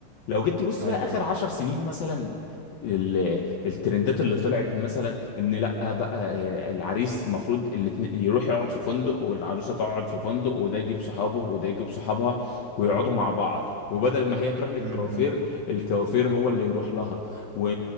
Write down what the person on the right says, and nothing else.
ايوه
ايوه
م- م-